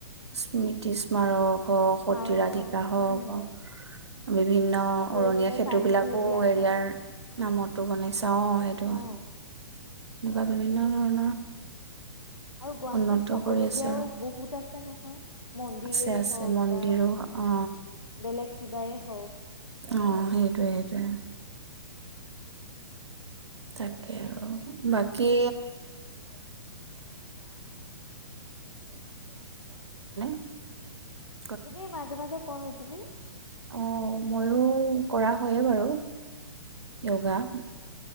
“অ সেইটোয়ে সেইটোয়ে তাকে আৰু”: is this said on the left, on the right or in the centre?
Right